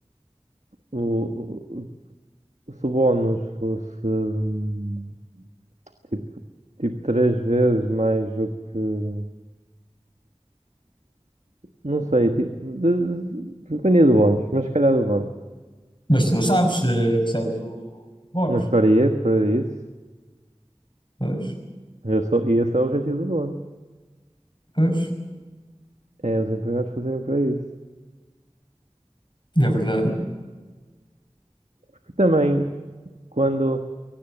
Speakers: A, on the right; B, on the left.
A: o, o- se o bónus fosse hum, tipo, tipo três vezes mais do que hum, não sei, tipo, de- de- dependia do bónus, mas se calhar do bónus.
B: Mas tu não sabes, eh, recebes o bónus.
A: Mas faria para isso.
B: Pois,
A: Eu sou, e esse é o objetivo do bónus.
B: pois.
A: É os empregados fazerem para isso.
B: É verdade.
A: Porque também quando,